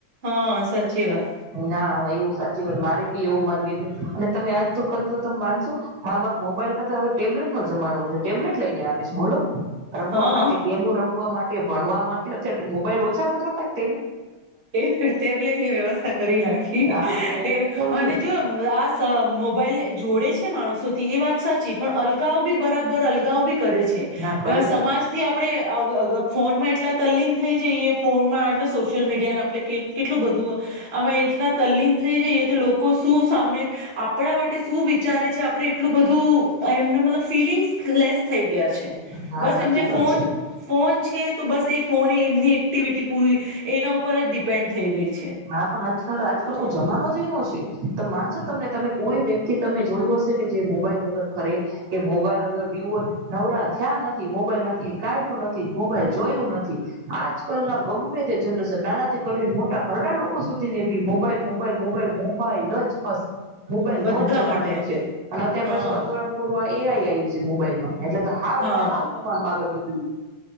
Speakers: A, on the right (about 30°); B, on the right (about 60°).
A: હા સાચી વાત
B: ના એવું સાચી વાત એવું માન અને તમે આજ ક ત માનશો, મા બાપ મોબાઈલ ખ હવે ટેબલેટ નો જમાનો વધ ટેબલેટ લઈને આપીશ બોલો. રમવા
A: હા
B: માટે ગેમું રમવા માટે તે ભણવા માટે મોબાઈલ ઓછા પડતા હતા.
A: એ ટેબ્લેટની વ્યવસ્થા કરી નાખી,
B: હા એટલે
A: એ
B: જ કઉ
A: અને
B: છું
A: જો આ મોબાઈલ જોડે છે માણસો થી એ વાત સાચી પણ અલગા બી બરાબર અલગાઓ બી કરે છે,
B: ના કરી
A: સમાજથી
B: છે
A: આપ આપ ફોનમાં એટલા તલીન થઈ જઈએ ફોનમાં સોશિયલ મીડિયાને આપણે કેટલું બધું, આમાં એટલા તલ્લીન થઈ જઈએ તો લોકો શું સાંભળે, આપણા માટે શું વિચારે છે આપણે એટલું બધું એમના મતલબ ફિલિંગ્સ લેસ થઈ ગયા છે. બસ
B: હા સાચી
A: એમને
B: વાત
A: ફ
B: છે
A: ફોન છે તો બસ ફોન એમની એક્ટિવિટી પૂરી એના ઉપર જ ડીપ સ્ેડ થઈ ગઈ છે.
B: હ પણ આજકાલ આજકાલ હો જમા નો છે, માનશો તમને તમે કોઈ વ્યક્તિ તમે જોયું હશે કે જે મોબાઈલ વગર ખરે, કે મોબાઈલ વગર નવરા થયા નથી નો નો મોબાઈલ માંથી કાઢ્યો નથી મોબાઈલ જોયું નથી, આજકાલ ના ગમે તે જનરેશન નાનાથી કરીને મોટા ઘરડા લોકો સુધી ને પી મોબાઈલ મોબાઈલ મોબાઈલ મોબાઈલ જ બસ. મોબાઈલ નો
A: બધા
B: જ જમાનો
A: માટે
B: છે, અને અત્યાર પછી
A: હા
B: અધુરામ પુર એ આઈ આયુ છે મોબાઈલમાં. એટલે તો હાવ
A: હા
B: એટલે હાવ તમાનું આગળ બી